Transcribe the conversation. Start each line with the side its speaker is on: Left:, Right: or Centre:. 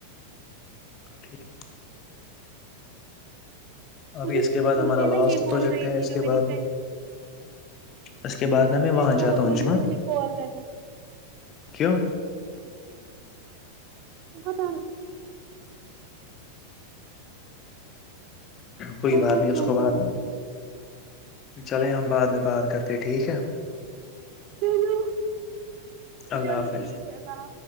Left: ٹھیک ابھی
Right: مجھے
Left: اس کے بعد ہمارا
Right: مجھے
Left: لاسٹ
Right: نا یہ بول
Left: پروجیکٹ
Right: رہی
Left: ہے
Right: تھی
Left: اس
Right: جو
Left: کے
Right: میری
Left: بعد
Right: فرینڈ
Left: اس کے بعد میں
Right: مجھے
Left: وہاں
Right: سوہا
Left: جاتا
Right: بول
Left: ہوں جمعہ
Right: رہی تھی مجھے کال کرنا
Left: کیوں
Right: پتا نہیں
Left: کوئی
Right: آئی
Left: بات
Right: ڈونٹ
Left: نہیں اس
Right: نو
Left: کو بولنا
Right: کیوں،
Left: چلے ہم بعد میں بات کرتے ٹھیک ہے
Right: ہمم ہمم چلو
Left: اللہ
Right: چلو
Left: حافظ
Right: ٹھیک ہے ہاں